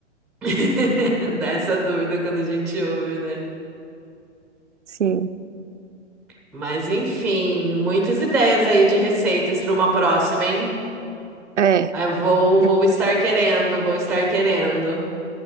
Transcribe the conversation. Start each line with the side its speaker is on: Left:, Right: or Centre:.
Centre: <laughs> Dá essa dúvida quando a gente ouve, né?
Right: Sim.
Centre: Mas enfim, muitas ideias aí de receitas para uma próxima, hein?
Right: É,
Centre: eu vou,
Right: eu
Centre: vou estar querendo, vou estar querendo.